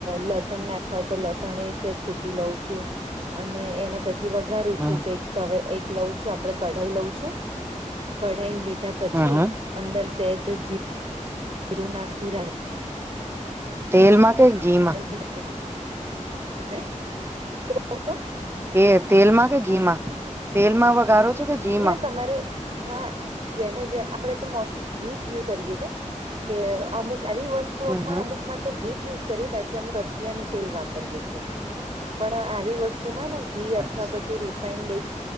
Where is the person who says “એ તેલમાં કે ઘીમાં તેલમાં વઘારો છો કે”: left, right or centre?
Right